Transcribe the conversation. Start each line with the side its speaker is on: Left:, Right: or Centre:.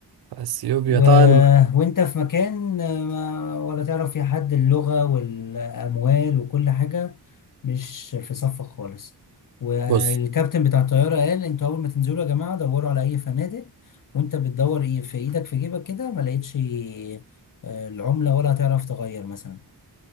Right: اثيوبيا
Left: و...
Right: طبعا
Left: وانت في مكان ما ولا تعرف فيه حد اللغة والأموال وكل حاجة مش في صفك خالص والكابتن
Right: بص
Left: بتاع الطيارة قال انتوا أول ما تنزلوا يا جماعة دوروا على أي فنادق وانت بتدور ايه في ايدك في جيبك كده ما لقيتش آه، العملة ولا هتعرف تغير مثلا